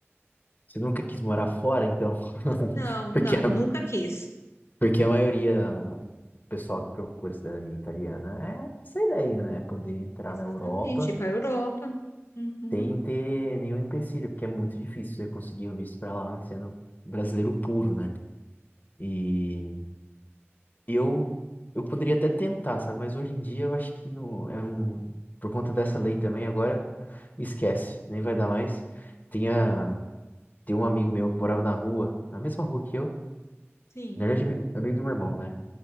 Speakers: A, on the left; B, on the left.
A: você nunca quis morar fora, então, <laughs>
B: Não,
A: porque
B: não,
A: é
B: nunca quis.
A: Porque a maioria do pessoal que procura cidadania italiana é essa ideia, né? Poder entrar
B: Exatamente,
A: na Europa
B: ir para a Europa. Uhum,
A: sem ter nenhum empecilho, porque é muito difícil você conseguir o visto para lá sendo brasileiro puro, né? E eu eu poderia até tentar, sabe? Mas hoje em dia eu acho que não é um por conta dessa lei também agora esquece, nem vai dar mais. Tinha tem um amigo meu que morava na rua, na mesma rua que eu,
B: sim,
A: na verdade amigo, amigo do meu irmão, né?